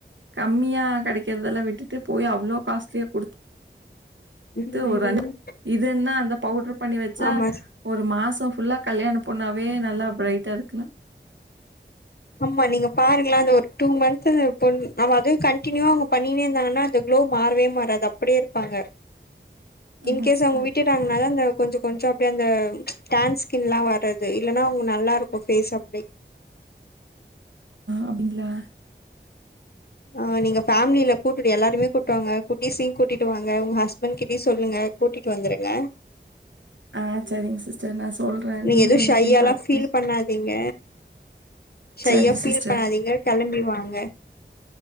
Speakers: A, on the right (about 85°); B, on the left (about 55°).
A: கம்மியா கெடைக்கற்தெல்லா விட்டுட்டு போய் அவ்ளோ காஸ்ட்லியா குடு
B: ம்
A: த்து ஒரு இதுன்னா அந்த பவுடர் பண்ணி வெச்சா
B: ஆமா
A: ஒரு ஒரு மாசம் ஃபுல்லா கல்யாண பொண்ணாவே நல்லா பிரைட்டா இருக்லா
B: ஆமா நீங்க பாருங்ளே அந்த ஒரு டூ மந்த்து பொண் அவ அதுவே கண்டினியூவா அவுங்க பண்ணிங்னே இருந்தாங்கனா அது குளோ மாறவே மாறாது அப்டே இருப்பாங்க
A: ஆமா
B: இன்கேஸ்
A: சிஸ்டர்
B: அவுங்க விட்டுட்டாங்னா தா அந்த கொஞ்ச கொஞ்ச அப்டே அந்த டேன் ஸ்கின்லா வர்றது இல்லனா அவுங்க நல்லா இருக்கு ஃபேஸ் அப்டே
A: அப்டிங்ளா
B: ஆ நீங்க ஃபேம்லில கூப்டுட்டு எல்லாரய்மே கூட்டு வாங்க குட்டூசியி கூட்டிட்டு வாங்க உங்க ஹஸ்பண்ட் கிட்டயு சொல்லுங்க கூட்டிட்டு வந்துருங்க
A: ஆ சரிங்க சிஸ்டர் நா சொல்றே
B: நீங்க
A: லீவ்
B: எது
A: என்னைக்குன்னு
B: ஷையாலா
A: பாத்துட்டு
B: ஃபீல் பண்ணாதீங்க ஷையா
A: சரி
B: ஃபீல்
A: சிஸ்டர்
B: பண்ணாதீங்க கெளம்பி வாாங்க